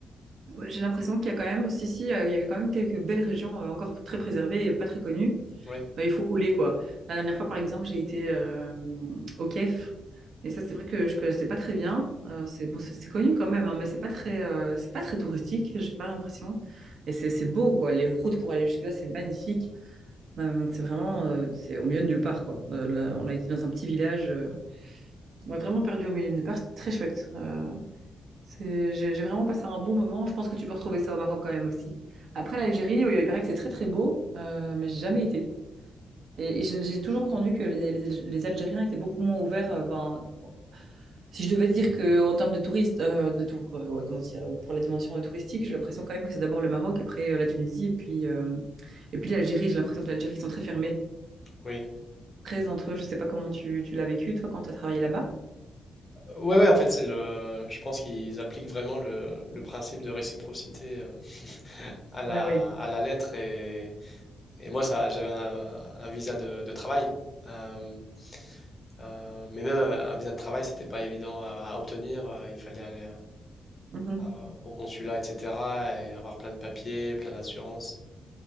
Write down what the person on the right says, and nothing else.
Ouais, j'ai l'impression qu'il y a quand même, si, si, euh, il y a quand même quelques belles régions euh, encore très préservées et pas très connues.
Euh, il faut rouler, quoi. La dernière fois, par exemple, j'ai été euh, au Kef. Et ça, c'est vrai que je connaissais pas très bien. Euh, c'est bon, c'est c'est connu quand même, hein, mais c'est pas très, euh, c'est pas très touristique, j'ai pas l'impression. Et c'est c'est beau, quoi. Les routes pour aller jusque-là, c'est magnifique. Non, non, C'est vraiment euh, c'est au milieu de nulle part, quoi. Euh, là, on a été dans un petit village. euh, on est vraiment perdu au milieu de nulle part. C'était très chouette. Euh, c'est- j'ai j'ai vraiment passé un bon moment. Je pense que tu peux retrouver ça au Maroc quand même aussi. Après, l'Algérie, oui, il paraît que c'est très très beau, euh, mais j'ai jamais été. Et, et j'ai j'ai toujours entendu que les, les- les Algériens étaient beaucoup moins ouverts. euh, ben, si je devais dire que en termes de touristes, euh, de tour, euh, ouais, comment dire, pour la dimension euh, touristique, j'ai l'impression quand même que c'est d'abord le Maroc, après euh, la Tunisie, et puis euh, et puis l'Algérie. J'ai l'impression que l'Algérie ils sont très fermés.
très entre eux. Je sais pas comment tu, tu l'as vécu, toi, quand tu as travaillé là-bas.
Oui, oui.
Mhm.